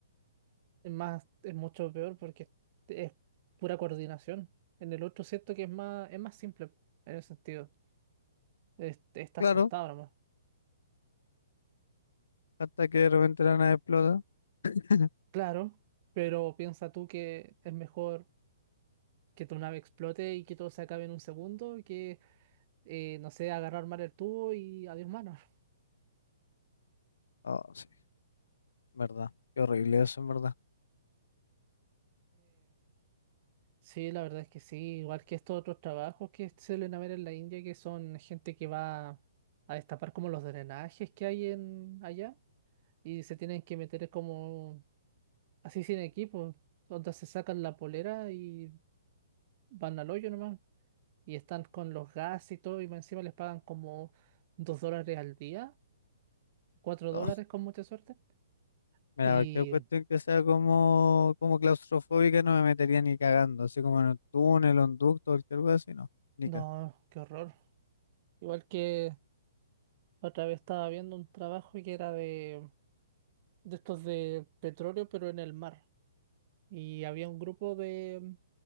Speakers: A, on the right; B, on the left.
A: es más, es mucho peor porque es pura coordinación. En el otro siento que es más, es más simple en ese sentido. Es- estás
B: Claro.
A: sentado nomás.
B: hasta que de repente la nave explota. <laughs>
A: Claro, pero piensa tú que es mejor que tu nave explote y que todo se acabe en un segundo que, eh, no sé, agarrar mal el tubo y adiós manos.
B: Oh, sí, verdad. Qué horrible eso, en verdad.
A: Sí, la verdad es que sí, igual que estos otros trabajos que suelen haber en la India, que son gente que va a destapar como los drenajes que hay en allá y se tienen que meter como así sin equipo, donde se sacan la polera y van al hoyo nomás y están con los gas y todo y más encima les pagan como dos dólares al día, cuatro dólares
B: Oh,
A: con mucha suerte
B: mira,
A: y
B: cualquier cuestión que sea como, como claustrofóbica no me metería ni cagando, así como en un túnel, un ducto, cualquier cosa así, no. Ni
A: no,
B: ca-
A: qué horror. Igual que otra vez estaba viendo un trabajo que era de de estos de petróleo, pero en el mar. Y había un grupo de